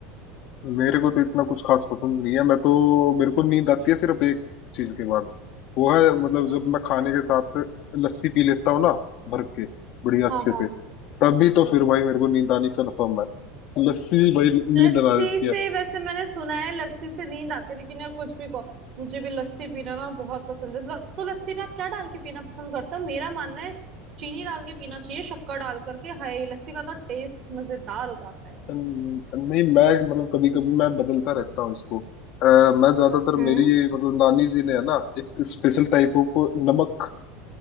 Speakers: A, on the left; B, on the right.
A: मेरे को तो इतना कुछ खास पसंद नहीं है मैं तो मेरे को नींद आती है सिर्फ एक चीज के बाद वो है मतलब जब मैं खाने के साथ लस्सी पी लेता हूँ ना भर के बढ़िया अच्छे
B: हाँ हाँ
A: से तभी तो फिर भाई मेरे को नींद आनी कन्फर्म है लस्सी भाई
B: लस्सी
A: नींद ला देती
B: से
A: है
B: वैसे मैंने सुना है लस्सी से नींद आती है लेकिन यार कुछ भी कहो मुझे भी लस्सी पीना ना बहुत पसंद है ल- तो लस्सी में आप क्या डाल के पीना पसंद करते हो मेरा मानना है चीनी डाल के पीना चाहिए शक्कर डाल करके हाय लस्सी का तो टेस्ट मजेदार हो जाता है
A: न- नहीं मैं मतलब कभी कभी मैं बदलता रहता हूँ इसको अ, मैं ज्यादातर
B: हम्म
A: मेरी ये मतलब नानी जी ने है ना एक स्पेशल टाइप ऑफ नमक